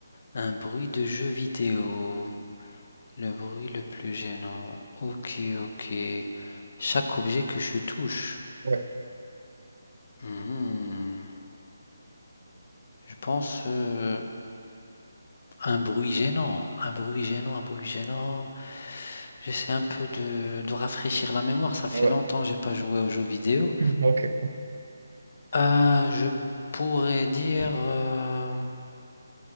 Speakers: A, on the left; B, on the right.
A: Un bruit de jeu vidéo. Le bruit le plus gênant. Ok, ok. Chaque objet que je touche.
B: Ouais,
A: Mhm. Je pense euh, un bruit gênant, un bruit gênant, un bruit gênant. J'essaie un peu de, de rafraîchir la mémoire. Ça fait
B: ouais,
A: longtemps que j'ai pas joué aux jeux vidéo.
B: ok.
A: Euh, je pourrais dire, euh,